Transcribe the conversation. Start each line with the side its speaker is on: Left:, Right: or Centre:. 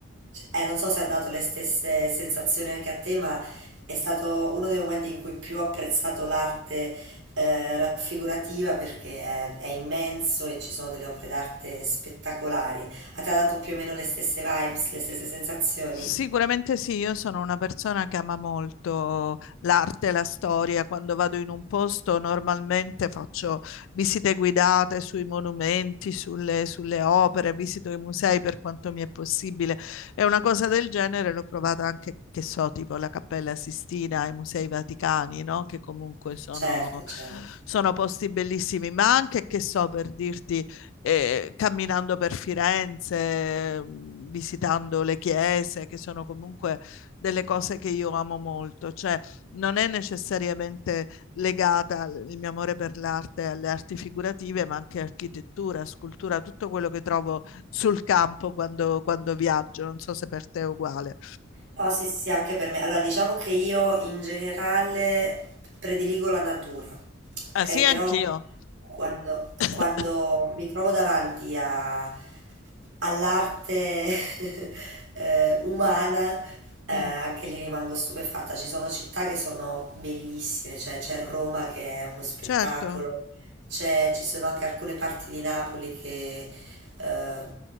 Right: cioè, eh, non so se ha dato le stesse sensazioni anche a te, ma è stato uno dei momenti in cui più ho apprezzato l'arte, ehm, raffigurativa perché è, è immenso e ci sono delle opere d'arte spettacolari. A te ha dato più o meno le stesse vibes, le stesse sensazioni?
Left: Sicuramente sì, io sono una persona che ama molto l'arte, la storia. Quando vado in un posto normalmente faccio visite guidate sui monumenti, sulle, sulle opere, visito i musei per quanto mi è possibile. E una cosa del genere l'ho provata anche, che so, tipo la Cappella Sistina, i Musei Vaticani, no? Che comunque sono,
Right: Certo, certo.
Left: sono posti bellissimi, ma anche, che so, per dirti eh, camminando per Firenze, mh, visitando le chiese, che sono comunque delle cose che io amo molto, cioè non è necessariamente legata al- il mio amore per l'arte, alle arti figurative, ma anche architettura, scultura, tutto quello che trovo sul campo quando, quando viaggio. Non so se per te è uguale.
Right: No, sì, sì, sì, anche per me. Allora, diciamo che io in generale prediligo la natura, ok?
Left: Ah, sì,
Right: Però
Left: anch'io.
Right: quando,
Left: <coughs>
Right: quando mi trovo davanti a- all'arte <laughs> eh, umana, eh,
Left: Mm,
Right: anche lì rimango stupefatta. Ci sono città che sono bellissime, cioè c'è Roma che è uno spettacolo,
Left: certo.
Right: c'è- ci sono anche alcune parti di Napoli che ehm,